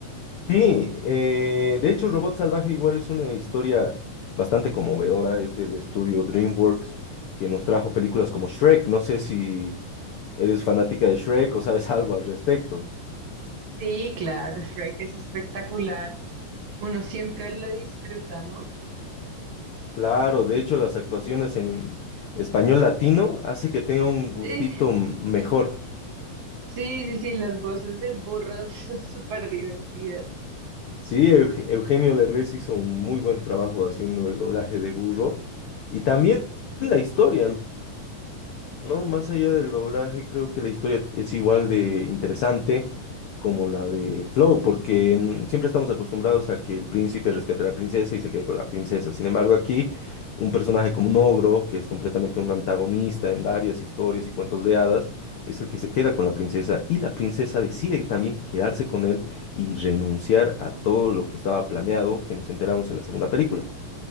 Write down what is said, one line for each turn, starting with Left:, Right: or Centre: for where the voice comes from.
Left: Sí, eh, de hecho Robot Salvaje igual es una historia bastante conmovedora, es del estudio DreamWorks que nos trajo películas como Shrek, no sé si eres fanática de Shrek o sabes <laughs> algo al respecto.
Right: Sí, claro, Shrek es espectacular. Uno siempre lo disfruta, ¿no?
Left: Claro, de hecho las actuaciones en español latino hace que tenga un gustito
Right: Sí.
Left: m- mejor.
Right: Sí, sí, sí, las voces del burro <laughs> son súper divertidas.
Left: Sí, Eug- Eugenio Derbez hizo un muy buen trabajo haciendo el doblaje de Burro y también la historia, ¿no? No, más allá del doblaje, creo que la historia es igual de interesante como la de Flow, porque en- siempre estamos acostumbrados a que el príncipe rescate a la princesa y se quede con la princesa. Sin embargo, aquí un personaje como un ogro, que es completamente un antagonista en varias historias y cuentos de hadas, es el que se queda con la princesa y la princesa decide también quedarse con él y renunciar a todo lo que estaba planeado, que nos enteramos en la segunda película.